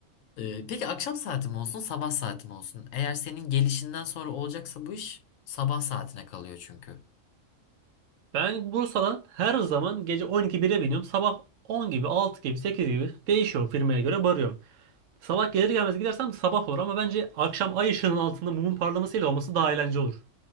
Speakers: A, on the left; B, on the right.
A: Ee, peki akşam saati mi olsun, sabah saati mi olsun? Eğer senin gelişinden sonra olacaksa bu iş sabah saatine kalıyor çünkü.
B: Ben Bursa'dan her zaman gece 12-1'e biniyorum. Sabah 10 gibi 6 gibi 8 gibi değişiyor firmaya göre varıyorum. Sabah gelir gelmez gidersem sabah olur ama bence akşam ay ışığının altında mumun parlamasıyla olması daha eğlenceli olur.